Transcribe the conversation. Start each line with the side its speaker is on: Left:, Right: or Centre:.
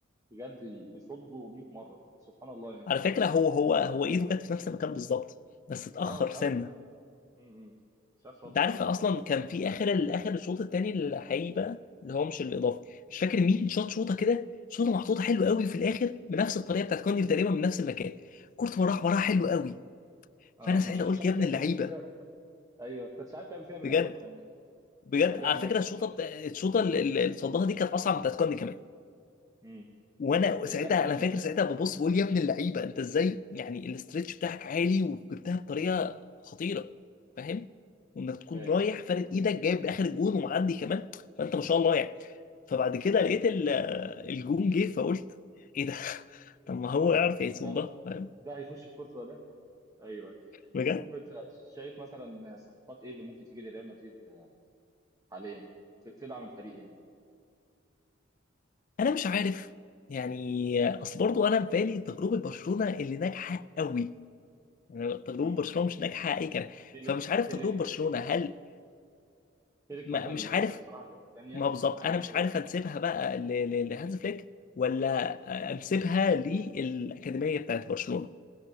Right: بجد يصده 100 مره سبحان الله يعني
Left: على فكره هو هو هو ايده جت في نفس المكان بالظبط بس اتاخر
Right: اه مش
Left: سنه
Right: عارف م- م. مش عارف رد
Left: انت عارف
Right: فعله كان
Left: اصلا
Right: بطيء
Left: كان
Right: ولا ايه
Left: في اخر الاخر الشوط الثاني الحقيقي بقى اللي هو مش الاضافي مش فاكر مين شاط شوطه كده شوطه محطوطه حلو قوي في الاخر بنفس الطريقه بتاعت كاندي تقريبا من نفس المكان كورت وراح وراها حلو قوي
Right: اه
Left: فانا ساعتها
Right: مش عارف
Left: قلت
Right: مش عارف
Left: يا ابن
Right: تعمل
Left: اللعيبه
Right: دي كده ايوه كنت عارف تعمل كده من
Left: بجد
Right: الاول كان يعني
Left: بجد
Right: لحق لنا
Left: على
Right: الماتش
Left: فكره الشوطه
Right: يعني
Left: بتا... الشوطه اللي اللي صدها دي كانت اصعب من بتاعت كاندي كمان
Right: امم
Left: وانا
Right: ايه
Left: ساعتها
Right: ارزاق
Left: انا فاكر
Right: بقى
Left: ساعتها ببص بقول يا ابن اللعيبه انت ازاي يعني الاسترتش بتاعك عالي وجبتها بطريقه خطيره فاهم وانك تكون
Right: فاهم
Left: رايح
Right: يعني
Left: فارد ايدك جايب اخر الجون ومعدي كمان فانت ما شاء الله يعني فبعد كده لقيت ال- <laughs> الجون جه فقلت ايه ده <laughs> طب ما هو يعرف يصوم
Right: ده
Left: ده فاهم
Right: ده هيخش في كورتوا ده ايوه أيوة.
Left: بجد
Right: المهم انت شايف مثلا صفقات ايه اللي ممكن تيجي لريال مدريد حاليا ت- تدعم الفريق يعني
Left: انا مش عارف يعني اصل برضو انا في بالي تجربه برشلونه اللي ناجحه قوي يعني تجربه
Right: امم
Left: برشلونه مش ناجحه اي كلام
Right: فيليك
Left: فمش عارف
Right: فيليك
Left: تجربه برشلونه
Right: فيليك
Left: هل
Right: ايريك
Left: ما
Right: ودى
Left: مش
Right: الفرقه
Left: عارف
Right: بصراحه في حته تانيه
Left: ما بالظبط
Right: مع
Left: انا
Right: انه
Left: مش عارف انسبها بقى ل- ل- لهانز فليك ولا انسبها للاكاديميه بتاعت برشلونه